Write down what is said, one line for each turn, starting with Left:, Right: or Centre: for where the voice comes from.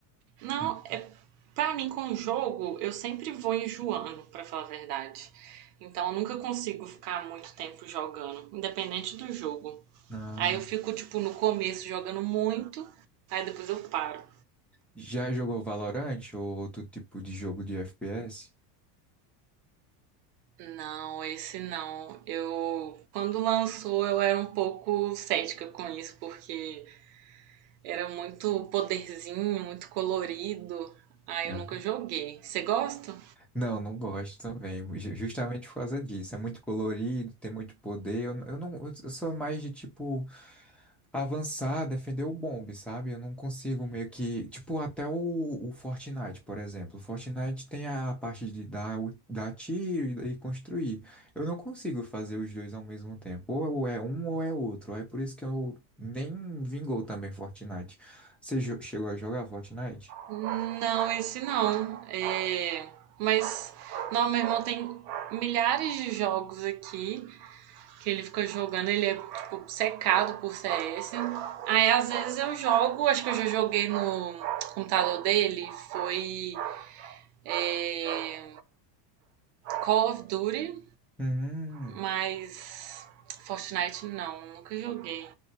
Right: Não,
Centre: Hum.
Right: é Pra mim, com o jogo, eu sempre vou enjoando, pra falar a verdade. Então, eu nunca consigo ficar muito tempo jogando, independente do jogo.
Centre: Ah,
Right: Aí eu fico, tipo, no começo jogando muito, aí depois eu paro.
Centre: já jogou Valorant ou outro tipo de jogo de FPS?
Right: Não, esse não. Eu, quando lançou, eu era um pouco cética com isso, porque era muito poderzinho, muito colorido. Aí
Centre: Ah.
Right: eu nunca joguei. Você gosta?
Centre: Não, não gosto também, ju- justamente por causa disso. É muito colorido, tem muito poder. Eu, eu não, eu sou mais de tipo avançar, defender o bombe, sabe? Eu não consigo meio que. Tipo, até o, o Fortnite, por exemplo. O Fortnite tem a parte de dar, o- dar tiro e, e construir. Eu não consigo fazer os dois ao mesmo tempo. Ou é um ou é outro. Aí por isso que eu nem vingou também Fortnite. Você jo- chegou a jogar Fortnite?
Right: Não, esse não. É, Mas, não, meu irmão tem milhares de jogos aqui que ele fica jogando. Ele é, tipo, secado por CS. Aí, às vezes, eu jogo. Acho que eu já joguei no computador dele. Foi é, Call of Duty,
Centre: Hum.
Right: mas Fortnite não. Nunca joguei.